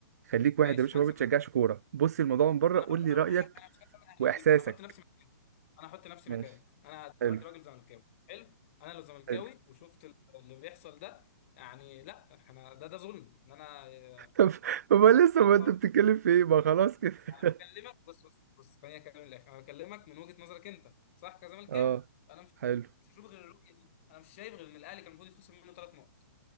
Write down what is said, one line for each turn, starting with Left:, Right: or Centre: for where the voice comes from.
Right: خليك واحد
Left: ماشي
Right: يا باشا
Left: هنسى
Right: ما بتشجعش
Left: معاك.
Right: كوره بص الموضوع من بره
Left: انا
Right: قول
Left: انا
Right: لي رايك
Left: هقول لك انا مش هسامحك
Right: واحساسك
Left: قوي انا هحط نفسي مكانك انا هحط نفسي
Right: ماشي
Left: مكانك انا
Right: حلو
Left: دلوقتي راجل زملكاوي حلو انا لو زملكاوي
Right: حلو
Left: وشفت اللي بيحصل ده يعني لا احنا ده ده ظلم ان انا
Right: طب ما
Left: ان
Right: لسه
Left: انا فاهم
Right: ما انت
Left: ما أروحش.
Right: بتتكلم في ايه ما خلاص كده <laughs>
Left: انا بكلمك بص بص بص خليني اكلم الاخر انا بكلمك من وجهه نظرك انت صح كزملكاوي
Right: اه
Left: انا مش
Right: حلو
Left: مش هشوف غير الرؤيه دي انا مش شايف غير ان الاهلي كان المفروض يتخصم منه ثلاث نقط